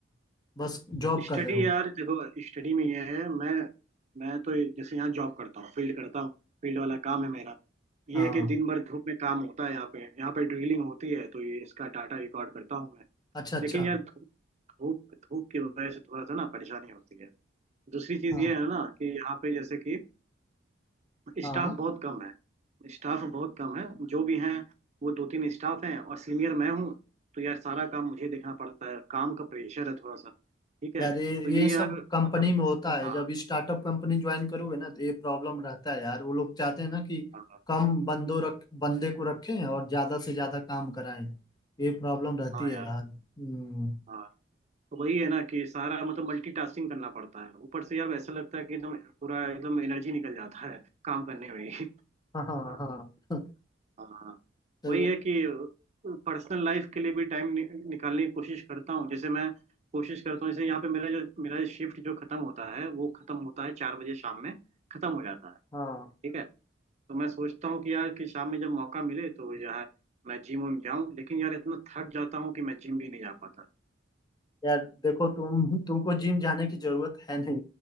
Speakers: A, on the left (about 20°); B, on the right (about 40°).
A: बस जॉब
B: स्टडी
A: कर रहे हो
B: यार देखो स्टडी में ये है मैं मैं तो ये- जैसे यहाँ जॉब करता हूँ फील्ड करता हूँ फील्ड वाला काम है मेरा ये
A: हाँ
B: है कि दिन भर धूप में काम होता है यहाँ पे यहाँ पे ड्रिलिंग होती है तो ये इसका डाटा रिकॉर्ड करता हूँ मैं
A: अच्छा अच्छा
B: लेकिन यार धूप धूप धूप की वजह से थोड़ा सा ना परेशानी होती है दूसरी चीज
A: हाँ
B: ये है ना कि यहाँ पे जैसे कि
A: हाँ
B: स्टाफ बहुत कम है स्टाफ बहुत कम है जो भी हैं वो दो तीन स्टाफ हैं और सीनियर मैं हूँ तो यार सारा काम मुझे देखना पड़ता है काम का प्रेशर है थोड़ा सा ठीक है
A: यार
B: तो
A: ये
B: ये
A: ये सब
B: यार
A: कंपनी
B: मतलब
A: में होता है
B: हाँ,
A: जब स्टार्टअप कंपनी ज्वाइन करोगे ना तो ये प्रॉब्लम रहता है यार वो लोग चाहते हैं ना कि
B: हाँ
A: कम बंदो रख बंदे को रखें और ज्यादा से ज्यादा काम कराएं ये प्रॉब्लम रहती
B: हाँ
A: है
B: यार
A: यार हम्म,
B: हाँ तो वही है ना कि सारा मतलब मल्टीटास्किंग करना पड़ता है ऊपर से यार ऐसा लगता है कि एकदम पूरा एकदम एनर्जी निकल जाता है काम करने में ही
A: हाँ हाँ
B: हाँ
A: हाँ
B: हाँ हाँ।
A: तो
B: वही है कि पर्सनल लाइफ के लिए भी टाइम नि, निकालने की कोशिश करता हूँ जैसे मैं कोशिश करता हूँ जैसे यहाँ पे मेरा जो मेरा शिफ्ट जो खत्म होता है वो खत्म होता है चार बजे शाम में खत्म हो जाता है
A: हाँ
B: ठीक है तो मैं सोचता हूँ कि यार कि शाम में जब मौका मिले तो यार मैं जिम विम जाऊँ लेकिन यार इतना थक जाता हूँ कि मैं जिम भी नहीं जा पाता
A: यार देखो तुम तुमको जिम जाने की जरूरत है नहीं